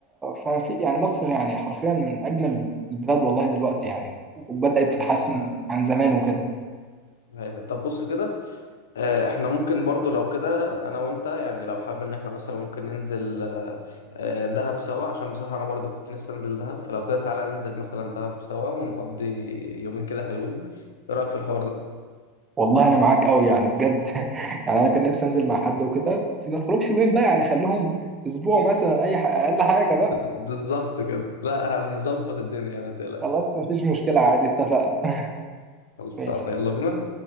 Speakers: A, on the right; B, on the left.
A: فما في يعني مصر يعني حرفيا من أجمل البلاد والله دلوقتي يعني وبدأت
B: ده
A: تتحسن
B: حقيقه فعلا
A: عن زمان وكده
B: ده حقيقه فعلا. طب بص كده آه، احنا ممكن برضو لو كده انا وانت يعني لو حابب ان احنا مثلا ممكن ننزل آه، آه، دهب سوا عشان بصراحة انا برضو كنت نفسي انزل دهب فلو كده تعالى ننزل مثلا دهب سوا ونقضي يومين كده حلوين ايه رأيك في الحوار ده
A: والله انا معاك قوي يعني بجد <laughs> يعني انا كان نفسي انزل مع حد وكده بس ما تخرجش يومين بقى يعني خليهم اسبوع مثلا اي ح... اقل حاجه بقى
B: <laughs> بالظبط كده لا هنظبط الدنيا ما تقلقش
A: خلاص مفيش مشكله عادي اتفقنا <laughs>
B: خلصانة
A: ماشي
B: يلا بينا